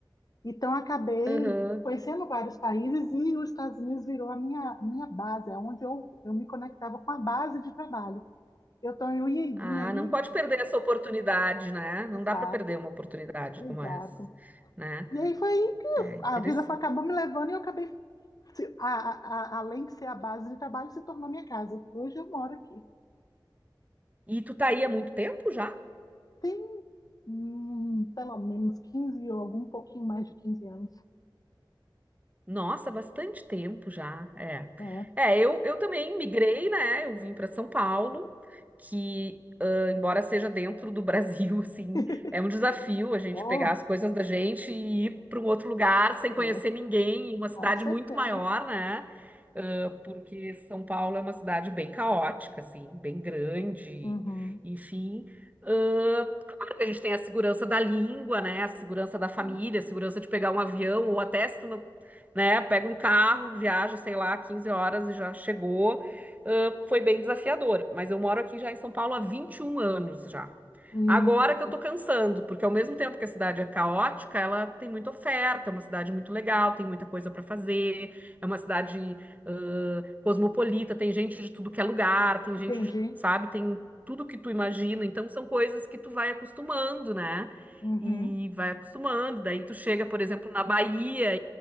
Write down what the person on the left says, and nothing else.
Então, acabei
conhecendo vários países e os Estados Unidos virou a minha, minha base, é onde eu, eu me conectava com a base de trabalho. Eu tô eu ia e vinha
aí.
Exato,
exato.
E aí foi aí que
a vida foi, acabou me levando e eu acabei, se- a- a- a- além de ser a base de trabalho, se tornou minha casa. Hoje eu moro aqui.
Tem, hum, pelo menos quinze ou algum pouquinho mais de 15 anos.
né?
<laughs>
Oh,
é,
com certeza.
Uhum.
Sim.
Entendi.
Entendi.
Uhum.